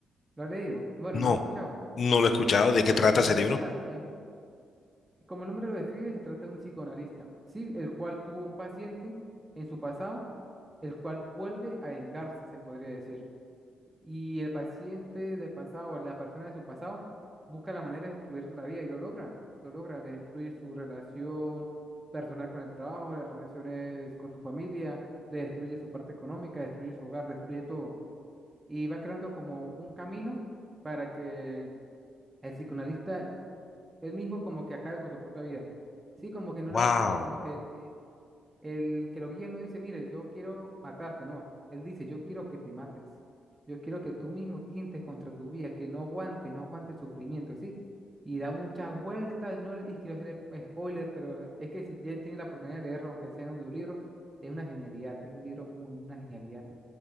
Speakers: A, on the right; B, on the left.
A: ¿Lo has leído? Bueno,
B: no,
A: ¿lo has escuchado?
B: no lo he escuchado. ¿De qué
A: El psicoanalista,
B: trata ese libro?
A: em, como el nombre lo describe, se trata de un psicoanalista, sí, el cual tuvo un paciente en su pasado, el cual vuelve a vengarse, se podría decir. Y el paciente del pasado, o la persona de su pasado, busca la manera de destruir la vida y lo logra. Lo logra, le destruye su relación personal con el trabajo, las relaciones con su familia, le destruye su parte económica, destruye su hogar, destruye todo. y va creando como un camino para que el psicoanalista él mismo como que acabe con su propia vida. Sí, como que no
B: Wow.
A: le da opciones, como que el, eh, el que lo guía no dice, mire, yo quiero matarte, no. Él dice, yo quiero que te mates. Yo quiero que tú mismo tientes contra tu vida, que no aguantes, no aguantes el sufrimiento, ¿sí? Y da muchas vueltas, no, le- y quiero hacer sp- spoiler, pero es que si ya tiene la oportunidad de leerlo, aunque sea en audiolibro, es una genialidad, es un libro muy, una genialidad.